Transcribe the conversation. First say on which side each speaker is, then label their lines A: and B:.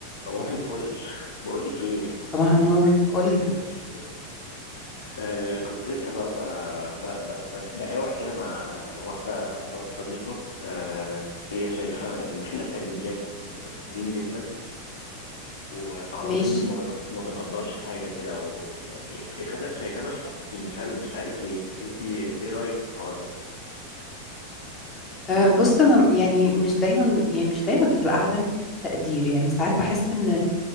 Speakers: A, on the left; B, on the left.
A: صباح الفل <laughs> بقول لك ايه
B: صباح النور قولي
A: <laughs> آه كنت لسه ب- ب- ب- ب- ب- بقاوح كده مع واحده ص- صديقه آه هي شايفه ان احنا كرجاله مستفزين جدا وعلى
B: ماشي
A: طول ما بن- ما بنقدرش حاجه كده ويعني شايفانا شايفانا شاطرين مش عارف مش عارف ليه انت ايه رايك في الحوار ده؟
B: أه بص انا يعني مش دايما يعني مش دايما بتبقى عدم تقدير يعني ساعات بحس ان